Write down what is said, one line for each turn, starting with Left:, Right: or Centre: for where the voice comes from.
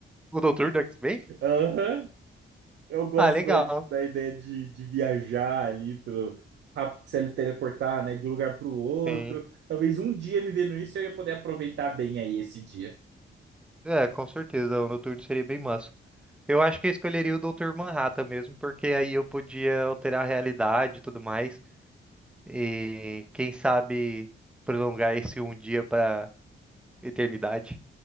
Centre: O doutor do X-Men?
Right: Aham. Eu gosto
Centre: Ah, legal.
Right: da, da ideia de, de viajar ali pelo rápido se teleportar, né, de um lugar para o outro.
Centre: Sim.
Right: Talvez um dia vivendo isso eu ia poder aproveitar bem aí esse dia.
Centre: É, com certeza, o Noturno seria bem massa. Eu acho que eu escolheria o doutor Manhattan mesmo, porque aí eu podia alterar a realidade e tudo mais. E quem sabe prolongar esse um dia pra eternidade.